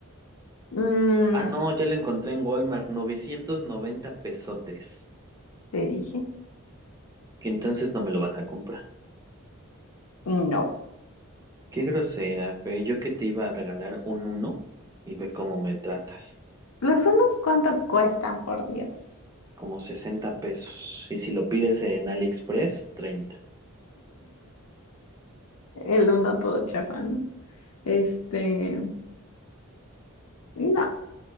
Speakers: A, on the left (about 85°); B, on the right (about 15°).
A: mm,
B: Ah, no, ya lo encontré en Walmart, 990 pesotes.
A: te dije,
B: Que entonces no me lo vas a comprar.
A: no.
B: Qué grosera, Fe. Yo que te iba a regalar un uno y ve cómo me tratas.
A: Los unos, ¿cuánto cuestan, por Dios?
B: Como 60 pesos. Y si lo pides en AliExpress, treinta.
A: El uno todo chafa, ¿no? Este, no,